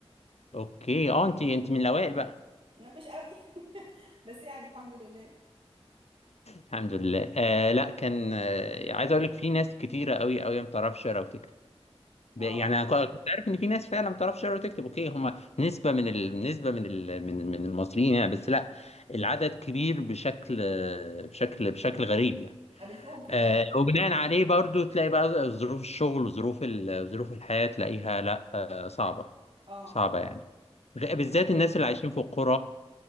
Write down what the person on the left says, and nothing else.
اوكي اه انت انت من الاوائل بقى
الحمد لله آه لا كان آه عايز اقول لك في ناس كتيره قوي قوي ما بتعرفش تقرا وتكتب ب-
يعني انا كنت كنت عارف ان في ناس فعلا ما بتعرفش تقرا وتكتب اوكي هم نسبه من ال... نسبه من ال... من من المصريين يعني بس لا العدد كبير بشكل آه، بشكل بشكل غريب يعني
آه
وبناء عليه برضو تلاقي بقى ظروف الشغل وظروف ال... ظروف الحياه تلاقيها لا آه صعبه
صعبه يعني غ- بالذات الناس اللي عايشين في القرى